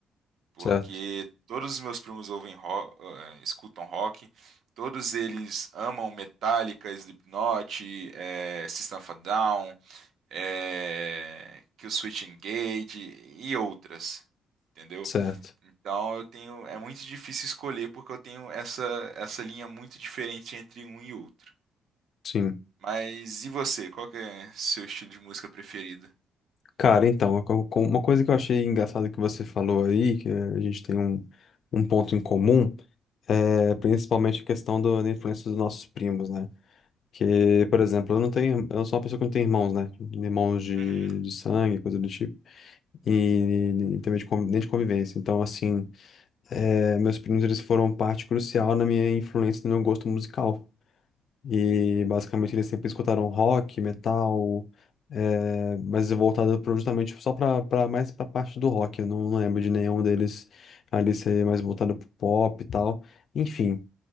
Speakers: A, on the right (about 70°); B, on the left (about 60°).
A: porque
B: certo.
A: todos os meus primos ouvem rock, escutam rock, todos eles amam Metallica, Slipknot, eh, System of a Down, eh, Kill Switch Engage e outras. Entendeu?
B: Certo.
A: Então eu tenho, é muito difícil escolher porque eu tenho essa, essa linha muito diferente entre um e outro.
B: Sim.
A: Mas e você? Qual que é seu estilo de música preferido?
B: Cara, então, co- co- uma coisa que eu achei engraçada que você falou aí, que eh, a gente tem um, um ponto em comum, é principalmente a questão do- da influência dos nossos primos, né? Que, por exemplo, eu não tenho, eu sou uma pessoa que não tem irmãos, né? Irmãos de,
A: Uhum,
B: de sangue, coisa do tipo, e, e também de, convi- nem de convivência. Então, assim, eh, meus primos, eles foram parte crucial na minha influência, no meu gosto musical. E basicamente eles sempre escutaram rock, metal, eh, mas voltado pro- justamente só pra, pra mais pra parte do rock. Eu não, não lembro de nenhum deles ali ser mais voltado pro pop e tal. Enfim,